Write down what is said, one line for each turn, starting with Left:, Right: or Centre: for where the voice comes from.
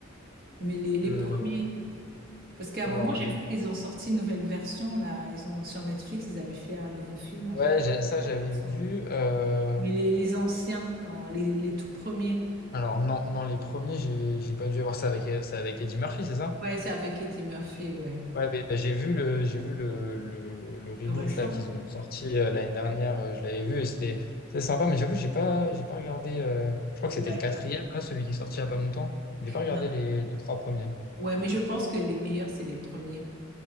Right: Mais les, les
Left: Euh,
Right: premiers. Parce qu'à
Left: alors,
Right: un moment, j'ai
Left: les...
Right: vu qu'ils ont sorti une nouvelle version, là. Ils ont, sur Netflix, ils avaient fait un nouveau film avec
Left: ouais, j'ai- ça, j'avais
Right: l'animation.
Left: vu. euh,
Right: Mais les, les anciens, quand, les, les tout premiers.
Left: Alors, non, non, les premiers, j'ai j'ai pas dû avoir ça avec, ça avec Eddie Murphy, c'est ça?
Right: Ouais, c'est avec Eddie Murphy, ouais.
Left: Ouais, mais bah, j'ai vu le, j'ai vu le, le, le reboot
Right: Le récent.
Left: là qu'ils ont sorti euh, l'année dernière.
Right: Ouais.
Left: euh, je l'avais vu et c'était c'était sympa, mais j'avoue, j'ai pas, j'ai pas regardé. euh, je crois que
Right: Ouais.
Left: c'était le quatrième là, celui qui est sorti il y a pas longtemps. J'ai pas regardé
Right: Non.
Left: les, les trois premiers.
Right: Ouais, mais je pense que les meilleurs, c'est les premiers.